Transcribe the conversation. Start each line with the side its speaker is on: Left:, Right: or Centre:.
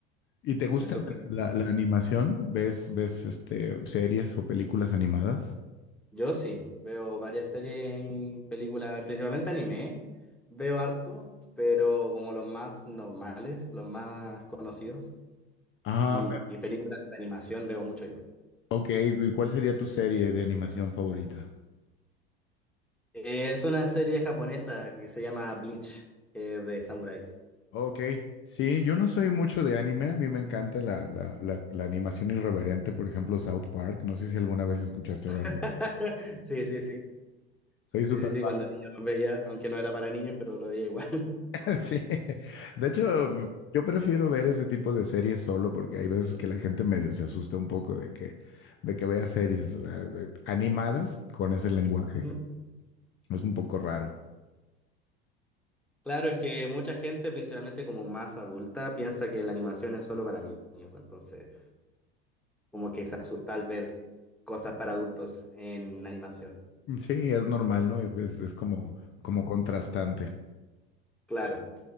Left: y te gusta
Centre: me sorprendió.
Left: la, la- la animación? ¿Ves, ves este, series o películas animadas?
Centre: Yo sí, veo varias series y películas, principalmente anime, veo harto, pero como los más normales, los más conocidos,
Left: Ah,
Centre: y, y películas de animación veo mucho igual.
Left: ok. ¿Y cuál sería tu serie de animación favorita?
Centre: Eh, Es una serie japonesa que se llama Bleach, que es de samuráis.
Left: Ok, sí, yo no soy mucho de anime, a mí me encanta la, la, la, la animación irreverente, por ejemplo, South Park, no sé si alguna vez escuchaste hablar
Centre: <laughs>
Left: de...
Centre: Sí, sí, sí.
Left: Soy súper
Centre: Sí, sí, sí, cuando niño lo veía, aunque no era para niños, pero lo veía igual.
Left: <laughs> Sí, de hecho, mm, yo prefiero ver ese tipo de series solo porque hay veces que la gente medio se asusta un poco de que, de que vea series, o sea, de- animadas con ese lenguaje.
Centre: <laughs> Ujú.
Left: Es un poco raro.
Centre: Claro, es que mucha gente, principalmente como más adulta, piensa que la animación es solo para niños, entonces como que se asusta al ver cosas para adultos en animación.
Left: Mm, Sí, es normal, ¿no? Es, es, es como, como contrastante.
Centre: Claro,